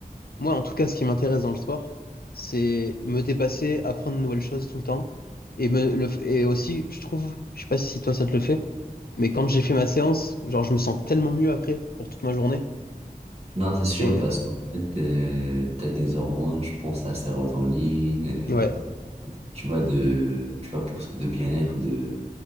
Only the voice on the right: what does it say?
Non, c'est
sûr, parce qu'en fait, euh, t'as des hormones, je pense, la sérotonine, euh,
tu vois, de, tu vois, pour, ce- de bien-être, de,